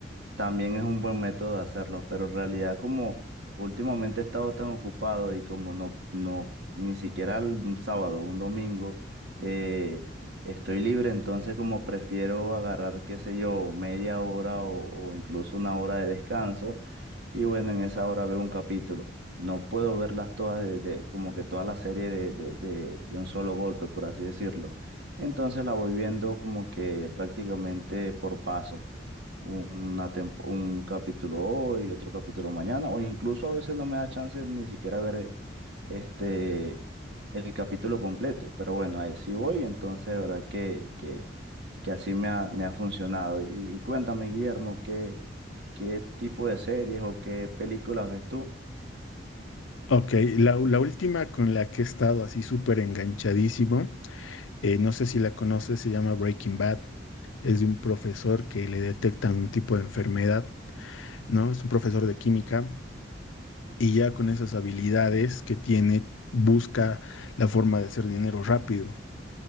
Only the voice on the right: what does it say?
También es un buen método de hacerlo, pero en realidad como últimamente he estado tan ocupado y como no, no, ni siquiera el- un sábado, un domingo, eh, estoy libre, entonces como prefiero agarrar, qué sé yo, media hora o, o incluso una hora de descanso y bueno, en esa hora veo un capítulo. No puedo verlas todas de, de- como que toda la serie de, de, de, de un solo golpe, por así decirlo. Entonces la voy viendo como que prácticamente por pasos una tem- un capítulo hoy, otro capítulo mañana, o incluso a veces no me da chance ni siquiera ver eh, este, el capítulo completo, pero bueno, ahí sí voy, entonces de verdad que, que, que así me ha, me ha funcionado. Y, y cuéntame, Guillermo, ¿qué, qué tipo de series o qué películas ves tú?